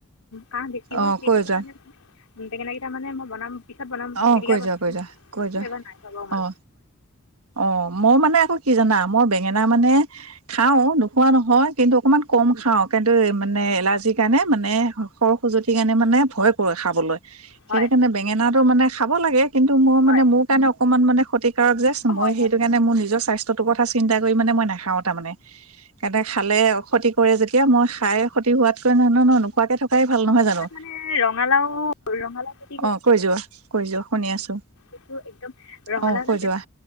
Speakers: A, on the left; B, on the right.
A: কাহ বেছি হয়,
B: অ
A: সেইটো
B: কৈ
A: কাৰণে
B: যোৱা
A: বেঙেনা কেইটা মানে মই বনাম পিছত বনাম,
B: অ
A: পিটিকা
B: কৈ
A: কৰিম,
B: যোৱা কৈ যোৱা কৈ যোৱা অ অ মই মানে আকৌ কি জানা, মই বেঙেনা মানে খাওঁ নোখোৱা নহয়, কিন্তু অকণমান কম খাওঁ কিন্তু মানে এলাৰ্জিৰ কাৰণে মানে। খৰ-খজতি কাৰণে মানে ভয় কৰে খাবলৈ। সেইটো
A: হয়
B: কাৰণে বেঙেনাটো মানে খাব লাগে, কিন্তু মোৰ
A: হয়
B: মানে মোৰ কাৰণে অকনমান মানে ক্ষতিকাৰক যে। মই
A: অঁ হয়
B: সেইটো কাৰণে মোৰ নিজৰ স্বাস্থ্যটোৰ কথা চিন্তা কৰি মানে মই নাখাওঁ তাৰ মানে। এটাই খালে অখতি কৰে যেতিয়া, মই খাই ক্ষতি হোৱাতকৈ নোখোৱাকে থাকোঁ। ভাল নহয় জানো?
A: মই মানে ৰঙালাও ৰঙালাও খেতি
B: অ কৈ যোৱা, কৈ যোৱা, শুনি আছো।
A: এইটো একদম ৰঙালাওদাল
B: অ কৈ
A: কেনে-
B: যোৱা